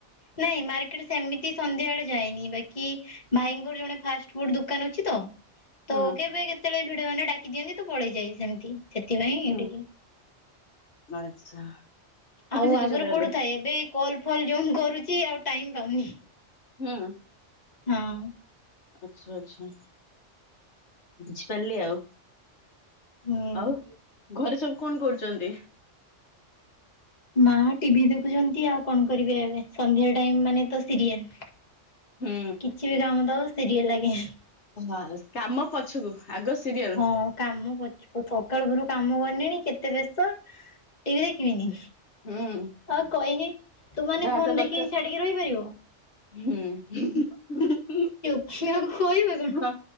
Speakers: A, on the left (about 35°); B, on the left (about 65°).
A: ନାଇଁ ମାର୍କେଟ ସେମିତି ସନ୍ଧ୍ୟା ବେଳେ ଯାଇନି ବାକି ଭାଇଙ୍କର ଜଣେ ଫାଷ୍ଟ ଫୁଡ୍‌ ଦୋକାନ ଅଛି ତ।
B: ହୁଁ
A: ତ କେବେ କେତେବେଳେ ଭିଡ ମାନେ ଡାକି ଦିଅନ୍ତି ତ ପଳେଇଯାଏ ସେମିତି ସେଥିପାଇଁ
B: ହୁଁ
A: ଟିକେ
B: ଆଚ୍ଛା। ସ୍କୁଟି
A: ଆଉ
B: ଶିଖିଛ
A: ଆଗରୁ
B: ତାହେଲେ
A: ପଢୁଥାଏ ଏବେ କଲ୍ ଫଲ୍ ଯୋଉ କରୁଛି ଆଉ ଟାଇମ୍ ପାଉନି।
B: ହୁଁ।
A: ହଁ।
B: ଆଚ୍ଛା ଆଚ୍ଛା ବୁଝିପାଇଲି ଆଉ।
A: ହୁଁ
B: ଆଉ ଘରେ ସବୁ କଣ କରୁଚନ୍ତି?
A: ମା ଟିଭି ଦେଖୁଚନ୍ତି ଆଉ କଣ କରିବେ ଏବେ ସନ୍ଧ୍ୟା ଟାଇମ୍ ମାନେ ତ ସିରିଏଲ୍।
B: ହୁଁ
A: କିଛି ବି କାମ ଦବ ସିରିଏଲ୍ ଲାଗେ।
B: ଓହୋ କାମ ପଛକୁ ଆଗ ସିରିଏଲ୍।
A: ହଁ କାମ ପ ଆଉ ସକାଳ ପରୁ କାମ କରିନଣି କେତେ ବେସ୍ତ ଟିଭି ଦେଖିବିନି।
B: ହୁଁ
A: ଆଉ କହିନି ତୁମାନେ
B: ଯାହା
A: ଫୋନ୍
B: ଯାହା ଦରକାର
A: ଦେଖିକି ଛାଡିକି ରହିପାରିବୁ?
B: ହୁଁ।
A: ଖିଆ ଆଉ ଖୋଇବେ କଣ
B: ହଁ